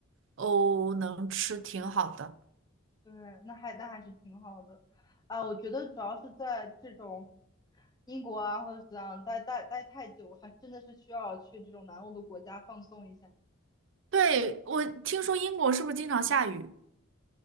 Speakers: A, on the right; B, on the left.
A: 欧能吃挺好的。
B: 对，那还那还是挺好的，啊，我觉得主要是在这种英国啊或者怎样待待待太久，还真的是需要去这种南欧的国家放松一下。
A: 对，我听说英国是不是经常下雨？